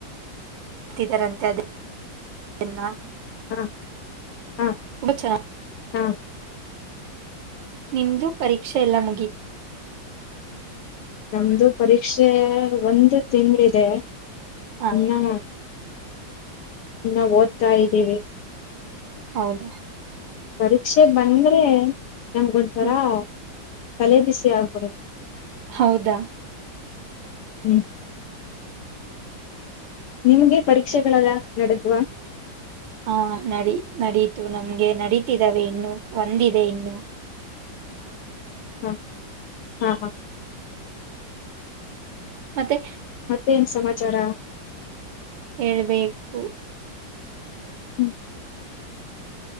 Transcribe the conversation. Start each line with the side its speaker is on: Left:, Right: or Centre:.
Right: ಅತಿ ತರಂತೆ ಅದನ್ನ
Left: ಹಾ ಹಾ
Right: ಉಪಚಾರ
Left: ಹಾ
Right: ನಿಮ್ದೂ ಪರೀಕ್ಷೆ ಎಲ್ಲ ಮುಗೀತ್
Left: ನಮ್ದು ಪರೀಕ್ಷೆ ಒಂದು ತಿಂಳಿದೆ
Right: ಹ
Left: ಇನ್ನು ಇನ್ನಾ ಓದ್ತಾ ಇದ್ದೀವಿ
Right: ಹೌದಾ
Left: ಪರೀಕ್ಷೆ ಬಂದ್ರೆ ನಂಗತಾರಾ
Right: ಹ್ಮ್
Left: ತಲೆಬಿಸಿ ಆಗ್ಬುದು
Right: ಹೌದಾ
Left: ಹ್ಮ್ ನಿಮ್ಗೆ ಪರೀಕ್ಷೆಗಳಲ್ಲ ನಡೆದ್ವಾ
Right: ಹ ನಡಿ ನಡೀತು ನಮ್ಗೆ ನಡೀತಿದವೇ ಇನ್ನು ಒಂದಿದೆ ಇನ್ನು
Left: ಹಾ ಹಾ ಹಾ
Right: ಮತ್ತೆ
Left: ಮತ್ತೇನ್ ಸಮಾಚಾರ
Right: ಹೇಳ್ಬೇಕು
Left: ಹ್ಮ್